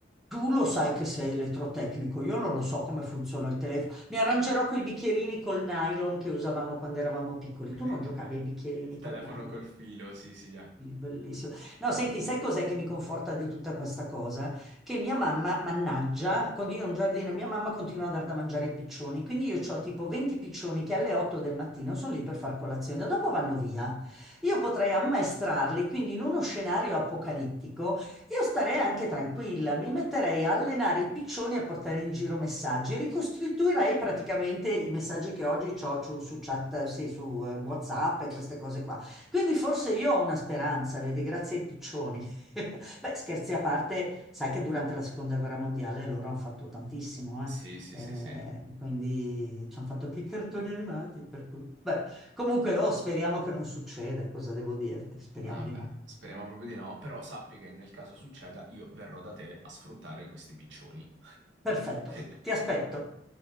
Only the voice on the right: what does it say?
<laughs>
Il telefono
col filo, sì, sì. eh.
Sì,
sì,
sì, sì.
Vabbè,
speriamo proprio di no, però sappi che nel caso succeda io verrò da te a sfruttare questi piccioni.
<laughs>